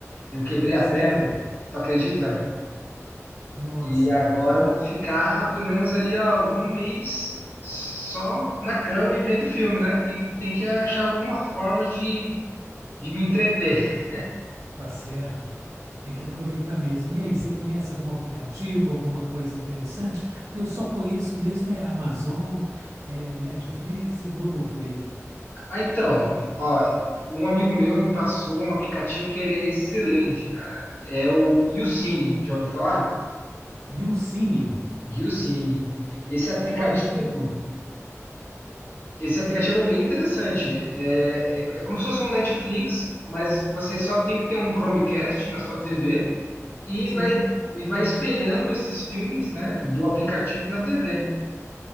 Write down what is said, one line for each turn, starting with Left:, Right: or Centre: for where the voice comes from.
Left: Eu quebrei
Right: Sério?
Left: a perna, tu acredita?
Right: Nossa,
Left: E agora
Right: mas
Left: eu vou ficar pelo menos ali, ó, um mês só na cama e vendo filme, né? Tem que, tem que achar alguma forma de, de me entreter.
Right: tá certo. Tem que aproveitar mesmo. E aí, você conhece algum aplicativo, alguma coisa interessante? Porque eu só conheço mesmo é Amazon, é Netflix e Globoplay.
Left: Ah, então, ó, um amigo meu me passou um aplicativo que ele é excelente, cara. É o YouCine, já ouviu falar?
Right: E o Cine,
Left: YouCine. Esse aplicativo,
Right: olha que le...
Left: esse aplicativo é bem interessante. É, é, é como se fosse um Netflix, mas você só tem que ter um Chromecast na sua TV e
Right: Sim,
Left: vai, e vai espelhando esses filmes, né, do aplicativo na TV,